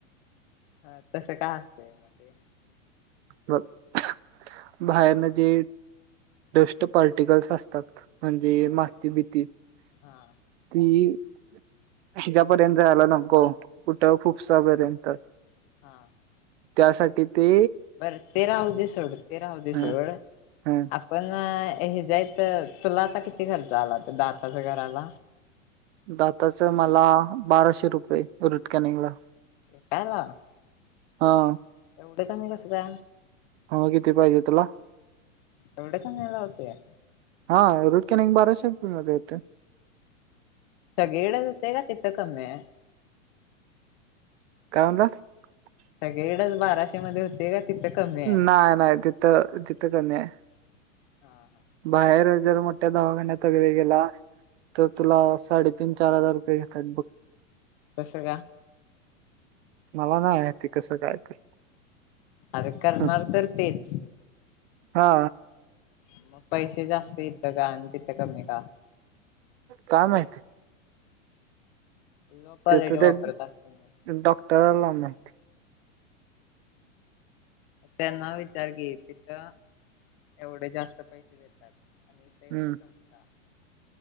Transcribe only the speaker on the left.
हा तस काय असतंय म ते
हा
हा
हा
बरं ते राहुदे सोड ते राहुदे
सोड
आपण हे जेय तर तुला आता किती खर्च आला त दाताच करायला
एटाला <unintelligible>
एवढ कमी कसं का
एवढ कमी ला होतंय
सगळीकडे हुतय का तिथं कमी हाय <unintelligible>
सगळेकडेच बाराशे मध्ये होते का तिथं कमी आहे
हा
हा
कस काय
अरे करणार
तर तेच.
मग पैसे जास्त इथं का आणि तिथं कमी का
लो क्वालिटी
वापरत
असत
त्यांना विचार की तिथं एवढे जास्त पैसे देतात. आणि इथ एवढं
कमी का.